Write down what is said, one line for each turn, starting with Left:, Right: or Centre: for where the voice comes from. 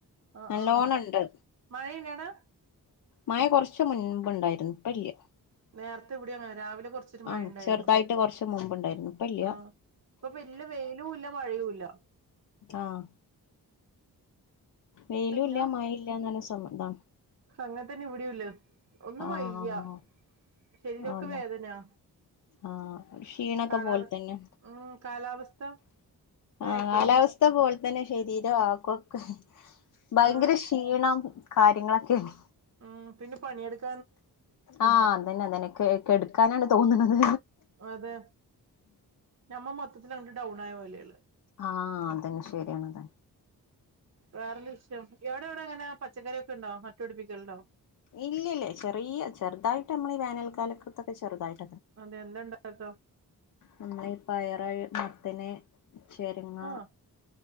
Right: ആ
Left: നല്ലോണുണ്ട്
Right: ആ മഴയിണ്ടാടാ
Left: മഴ കുറച്ച് മുൻപ് ഉണ്ടായിരുന്നു ഇപ്പം ഇല്ല്യ
Right: നേരത്തെ ഇവിടെയും അങ്ങനെ രാവിലെ കൊറച്ചൊരു മഴ
Left: ആഹ്
Right: ഇണ്ടായിനു
Left: ചെറുതായിട്ട് കുറച്ച് മുമ്പുണ്ടായിരുന്നു ഇപ്പം ഇല്ല്യ
Right: ആ ഇപ്പൊ വല്യ വെയിലും ഇല്ല മഴയും ഇല്ല്യ
Left: ആഹ് വെയിലും
Right: പിന്ന
Left: ഇല്ല മഴയും ഇല്ലാന്ന് പറഞ്ഞ സമ ഇതാണ്
Right: അങ്ങത്തന്നെ ഇവിടെയും ഇല്ലത് ഒന്നും
Left: ആഹ്
Right: വയ്യ ശരീരൊക്കെ
Left: അതാ
Right: വേദനയാ
Left: ആഹ് ഒരു ക്ഷീണൊക്കെ
Right: കാലാവസ്ഥ
Left: പോലെ തന്നെ
Right: മ്മ് കാലാവസ്ഥ ഇങ്ങനായിട്ടോ
Left: ആഹ് കാലാവസ്ഥ പോല് തന്നെ ശരീരം ആക്കൊക്കെ ഭയങ്കര
Right: ആ
Left: ക്ഷീണം കാര്യങ്ങളൊക്കെയാണ്
Right: മ്മ് പിന്നെ പണിയെടുക്ക
Left: ആഹ് അതന്നെ അതന്നെ കെ കെടുക്കാനാണ് തോന്നണുത്
Right: അതെ ഞമ്മ മൊത്തത്തില് അങ്ങോട്ട് ഡൗൺ ആയ പോലയ ഉള്ളെ
Left: ആഹ് അതന്നെ ശരിയാണ്ത്
Right: വേറെന്താ വിശേഷം എവിടെ എവിടെ എങ്ങനെ പച്ചക്കറിയൊക്കെ ഉണ്ടോ നട്ടുപടിപ്പിക്കലുണ്ടോ
Left: ഇല്ലല്ലേ ചെറിയ ചെറുതായിട്ട് നമ്മൾ ഈ വേനൽക്കാലത്തൊക്കെ ചെറുതായിട്ട്
Right: അതെന്ത ഇണ്ടാക്കാ
Left: നമ്മള് ഈ പയറ് മത്തന് ചെരുങ്ങ
Right: ആഹ്